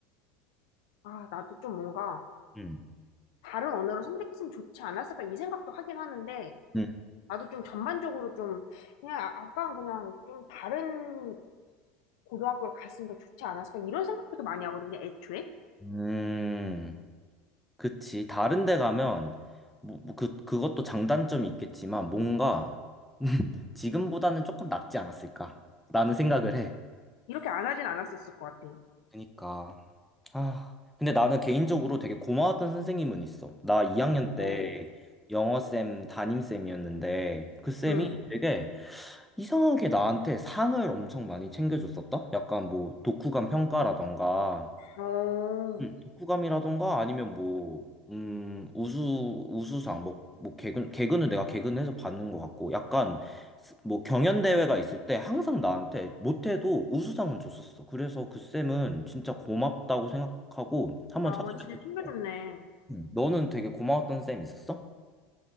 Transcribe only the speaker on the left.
아, 나도 좀 뭔가,
다른 언어를 선택했으면 좋지 않았을까 이 생각도 하긴 하는데,
나도 좀 전반적으로 좀, 그냥 아- 아까 그냥 좀 다른 고등학교를 갔으면 더 좋지 않았을까? 이런 생각부터 많이 하거든, 그냥 애초에.
이렇게 안 하진 않았었을 것 같아.
어.
응.
어.
아,
진짜 챙겨줬네.